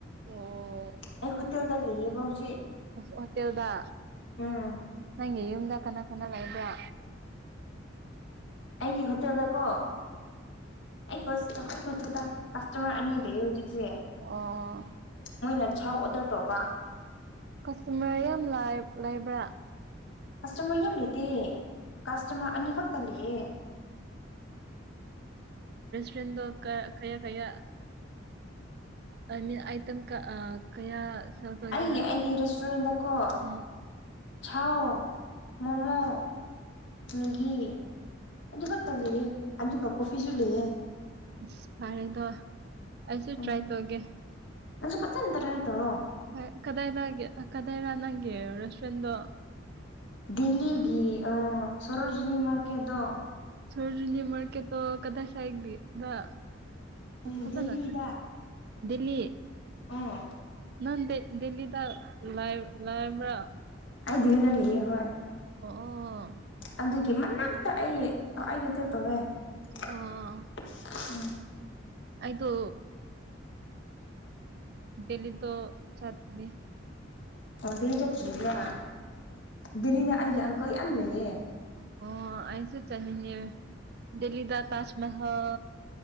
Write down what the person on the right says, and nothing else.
ꯑꯣ
ꯍꯣꯇꯦꯜꯗ
ꯅꯪꯒꯤ ꯌꯨꯃꯗ ꯀꯅꯥ ꯀꯅꯥ ꯂꯩꯕ꯭ꯔ
ꯑꯣ
ꯀꯁꯇꯃ꯭ꯔ ꯌꯥꯝ ꯂꯩꯕ꯭ꯔꯥ
ꯁꯦꯠꯗꯣꯜ ꯀꯌꯥ ꯀꯌꯥ ꯀꯌꯥ ꯑꯅꯤ ꯑꯥꯏꯇꯦꯝꯑꯥ ꯀꯌꯥ ꯁꯦꯜ ꯇꯧꯒꯦꯔꯥ
ꯎꯝ
ꯏꯁ ꯐꯔꯦꯗ ꯑꯩꯁꯨ
ꯇ꯭ꯔꯥꯏ ꯇꯧꯒꯦ
ꯍꯣꯏ ꯀꯗꯥꯥꯏꯗꯒꯤ ꯀꯗꯥꯥꯏꯔ ꯅꯪꯒꯤ ꯔꯦꯁ <unintelligible> ꯗꯣ
ꯁꯣꯔꯣꯖꯤꯅꯤ ꯃꯥꯔꯀꯦꯇꯣ ꯀꯗꯥꯏ ꯁꯥꯏꯠꯒꯤꯔ ꯑꯪ
ꯐꯖꯅ
ꯈꯪ ꯗꯤꯜꯂꯤ
ꯅꯪ ꯗꯤ ꯗꯤꯜꯂꯤꯗ ꯂꯕ꯭ꯔ
ꯑꯣ ꯑꯣ
ꯑꯣ
ꯑꯩꯗꯣ ꯗꯦꯜꯂꯤꯗꯣ ꯆꯠꯇ꯭ꯔꯤ
ꯑꯣ ꯑꯩꯁꯨ ꯆꯠꯅꯤꯡꯉꯦ ꯗꯤꯜꯂꯤꯗ ꯇꯥꯖꯃꯍꯜ